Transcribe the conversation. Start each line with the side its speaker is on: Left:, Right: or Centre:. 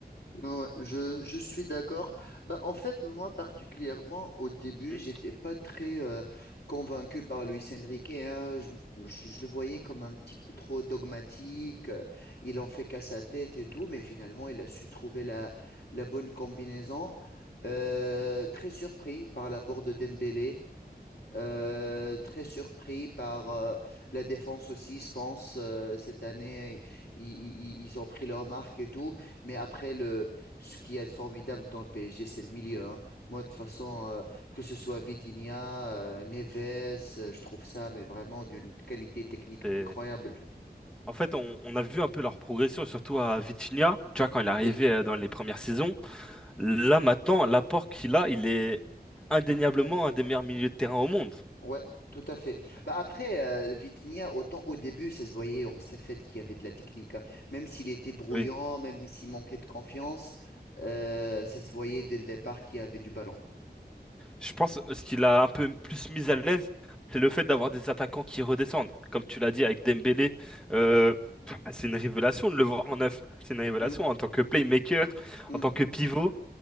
Left: Ouais, je, je suis d'accord. Bah, en fait, moi particulièrement, au début,
Centre: Hmm.
Left: j'étais pas très euh, convaincu par Luis Enrique. hein. Je, je- je le voyais comme un petit peu trop dogmatique. euh, il en fait qu'à sa tête et tout, mais finalement, il a su trouver la, la bonne combinaison. Euh, très surpris par l'apport de Dembélé. Euh, très surpris par euh, la défense aussi, je pense, euh, cette année, i- i- ils, ont pris leur marque et tout. Mais après, le, ce qui est formidable dans le PSG, c'est le milieu. hein. Moi, de toute façon, euh, que ce soit Vitinha, euh, Neves, euh, je trouve ça, mais vraiment d'une qualité technique
Centre: C'est
Left: incroyable.
Centre: En fait, on, on a vu un peu leur progression, surtout à Vitinha. Tu vois, quand il est arrivé
Left: Oui
Centre: euh, dans les premières saisons, là maintenant, l'apport qu'il a, il est indéniablement un des meilleurs milieux de terrain au monde.
Left: Ouais, tout à fait. Bah après, euh, Vitinha, autant au début, ça se voyait, on s'est fait qu'il y avait de la technique. hein. Même s'il était brouillant,
Centre: Oui.
Left: même s'il manquait de confiance, euh, ça se voyait dès le départ qu'il y avait du ballon.
Centre: Je pense euh, ce qu'il a un peu plus mis à l'aise, c'est le fait d'avoir des attaquants qui redescendent. Comme tu l'as dit avec Dembélé, euh, c'est une révélation de le voir en neuf. C'est une révélation
Left: Mm,
Centre: en tant que playmaker,
Left: mm,
Centre: en tant que pivot,